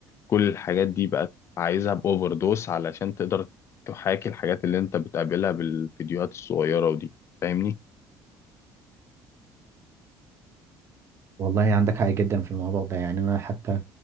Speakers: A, on the left; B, on the right.
A: كل الحاجات دي بقت عايزها باوفر دوس علشان تقدر تحاكي الحاجات اللي انت بتقابلها بالفيديوهات الصغيره ودي فاهمني
B: والله عندك حق جدا في الموضوع ده يعني انا حتى